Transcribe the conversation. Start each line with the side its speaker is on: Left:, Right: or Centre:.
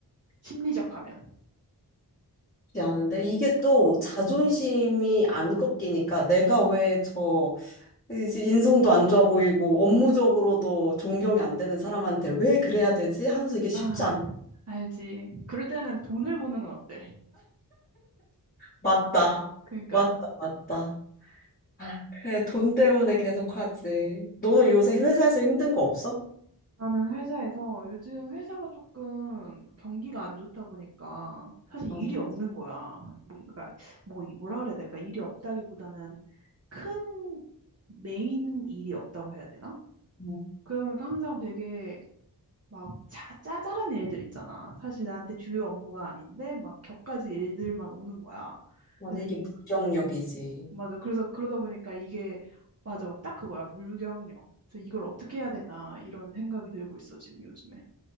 Right: 심리적 하면.
Left: 낫지 않은데 이게 또 자존심이 안 꺾이니까 내가 왜저 이제 인성도 안 좋아 보이고 업무적으로도 존경이 안 되는 사람한테 왜 그래야 되지? 하면서 이게 쉽지
Right: 아,
Left: 않.
Right: 알지. 그럴 때는 돈을 버는 건 어때?
Left: 맞다.
Right: 그러니까
Left: 맞다. 맞다. 아, 그래, 돈 때문에 계속 하지. 너는 요새 회사에서 힘든 거 없어?
Right: 나는 회사에서 요즘 회사가 조금 경기가 안 좋다 보니까 사실
Left: 맞아,
Right: 일이 없는
Left: 맞아.
Right: 거야. 뭔가 뭐 이- 뭐라 그래야 될까? 일이 없다기보다는 큰 메인 일이 없다고 해야 되나?
Left: 어,
Right: 그러니까 항상 되게 막 짜, 짜잘한 일들 있잖아. 사실 나한테 주요 업무가 아닌데 막 격가지 일들만 오는 거야.
Left: 맞아,
Right: 그래서
Left: 이게
Right: 이
Left: 무경력이지.
Right: 맞아. 그래서 그러다 보니까 이게 맞아. 딱 그거야. 물경력. 그래서 이걸 어떻게 해야 되나 이런 생각이 들고 있어 지금 요즘에.